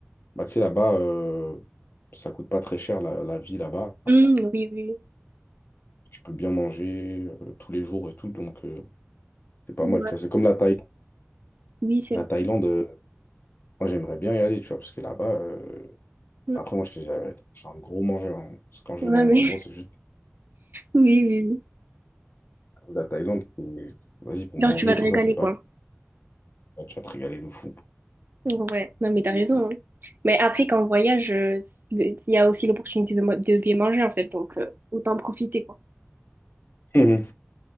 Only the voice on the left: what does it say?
Bah, tu sais, là-bas, euh, ça coûte pas très cher, la, la vie là-bas.
Tu peux bien manger euh, tous les jours et tout, donc euh, c'est pas
mal, tu vois. C'est comme la Thaïlande.
La
Thaïlande, euh, moi, j'aimerais bien y aller, tu vois, parce que là-bas... euh,
Après, moi, je te dis, la vérité, je suis un gros mangeur. hein. Parce que quand je
vais dans
les endroits, c'est
juste
la Thaïlande. c'est- Vas-y, pour
manger,
tout
ça, c'est pas...
Tu vas te régaler de fou.
Mhm.